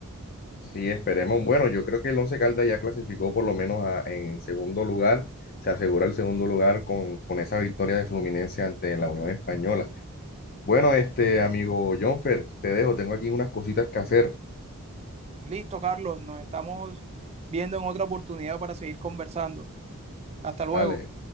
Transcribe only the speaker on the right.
Listo, Carlos, nos estamos viendo en otra oportunidad para seguir conversando. Hasta
luego.